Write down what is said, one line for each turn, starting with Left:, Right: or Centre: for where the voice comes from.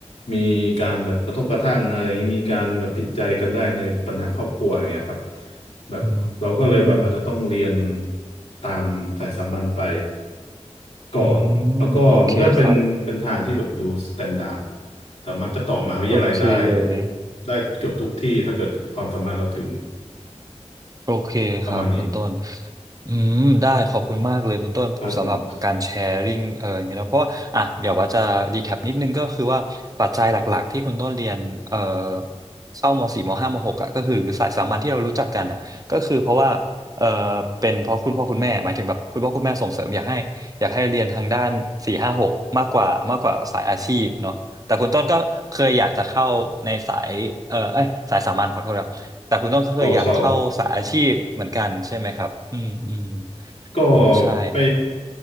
Left: มีการแบบกระทบกระทั่งอะไรมีการแบบผิดใจกันได้ในปัญหาครอบครัวอย่างเงี้ยครับแบบเราก็เลยแบบอาจจะต้องเรียน
Right: อืม
Left: ตามสายสามัญไป ก่อนแล้วก็มันก็เป็นเป็นทางที่แบบดูสแตนดาร์ด
Right: อืมโอเคครับ
Left: สามารถไปต่อมหาวิทยาลัยได้
Right: โอเคเลย
Left: ได้เกือบทุกที่ถ้าเกิดความสามารถเราถึง
Right: โอเคครับคุณต้น
Left: ประมาณนี้
Right: อืมได้ขอบคุณมากเลยคุณต้นสำหรับการแชร์ริ่งเอออย่างเงี้ยเนอะเพราะว่าอ่ะเดี๋ยวว่าจะรีแคปนิดนึงก็คือว่าปัจจัยหลักๆที่คุณต้นเรียนเอ่อ
Left: ครับผม
Right: เข้ามสี่มห้ามหกอ่ะก็คือหรือสายสามัญที่เรารู้จักกันอ่ะก็คือเพราะว่าเออเป็นเพราะคุณพ่อคุณแม่หมายถึงแบบคุณพ่อคุณแม่ส่งเสริมอยากให้อยากให้เรียนทางด้านสี่ห้าหกมากกว่ามากกว่าสายอาชีพเนาะแต่คุณต้นก็เคยอยากจะเข้าในสายเออเอ้ยสายสามัญขอโทษครับ แต่คุณต้องเคยอยากเข้าสายอาชีพเหมือนกันใช่ไหมครับอืมอืม
Left: ปวช ก็
Right: อืมใช่
Left: ไป